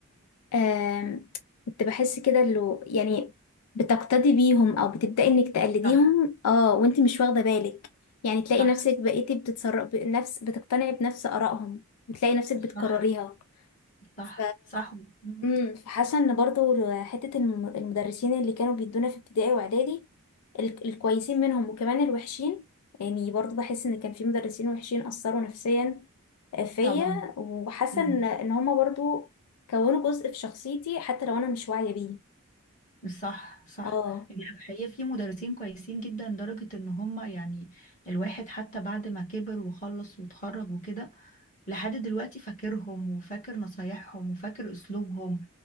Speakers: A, on the left; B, on the left.
A: آم، كنت بحس كده اللي يعني بتقتدي بيهم او بتبدأي انك تقلديهم
B: صح
A: اه وانتي مش واخده بالك يعني تلاقي
B: صح
A: نفسك بقيتي بتتصرف بنفس بتقتنعي بنفس آرائهم وتلاقي نفسك بتكرريها
B: صح صح
A: ف
B: صح مم.
A: امم فحاسه ان برضو حته الم- المدرسين اللي كانوا بيدونا في ابتدائي واعدادي ال- الكويسين منهم وكمان الوحشين يعني برضو بحس ان كان في مدرسين وحشين اثروا نفسيا فيا
B: طبعا
A: وحاسه
B: مم.
A: ان ان هما برضو كونوا جزء في شخصيتي حتى لو انا مش واعيه بيه
B: صح صح
A: اه
B: يعني الحقيقة في مدرسين كويسين جدا لدرجة ان هم يعني الواحد حتى بعد ما كبر وخلص واتخرج وكده لحد دلوقتي فاكرهم وفاكر نصايحهم وفاكر اسلوبهم